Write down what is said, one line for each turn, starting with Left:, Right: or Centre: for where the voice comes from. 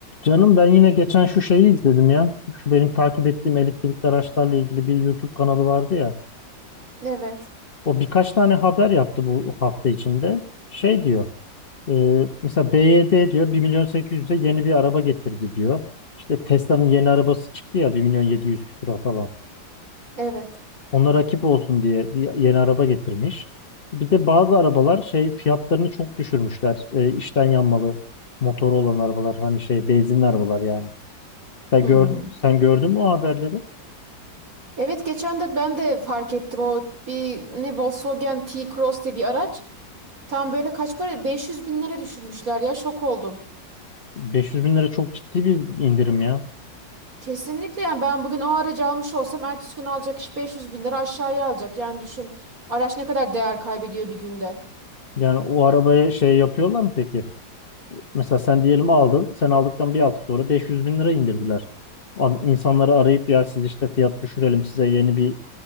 Left: Canım ben yine geçen şu şeyi izledim ya. Şu benim takip ettiğim elektrikli araçlarla ilgili bir YouTube kanalı vardı ya.
Right: Evet,
Left: O birkaç tane haber yaptı bu hafta içinde. Şey diyor. e, mesela BYD diyor bir milyon sekiz yüz'e yeni bir araba getirdi diyor. İşte Tesla'nın yeni arabası çıktı ya bir milyon 700 küsura falan.
Right: evet.
Left: Ona rakip olsun diye bir yeni araba getirmiş. Bir de bazı arabalar şey fiyatlarını çok düşürmüşler. E, içten yanmalı motoru olan arabalar hani şey benzinli arabalar yani. Sen
Right: Hmm.
Left: gör, sen gördün mü o haberleri?
Right: Evet geçen de ben de fark ettim o bir ne Volkswagen T-Cross diye bir araç. Tam böyle kaç para? 500 bin lira düşürmüşler ya şok oldum.
Left: 500 bin lira çok ciddi bir indirim ya.
Right: Kesinlikle yani ben bugün o aracı almış olsam ertesi gün alacak kişi 500 bin lira aşağıya alacak. Yani düşün araç ne kadar değer kaybediyor bir günde.
Left: Yani o arabaya şey yapıyorlar mı peki? Mesela sen diyelim aldın. Sen aldıktan bir hafta sonra 500 bin lira indirdiler. Abi İnsanları arayıp ya siz işte fiyat düşürelim size yeni bir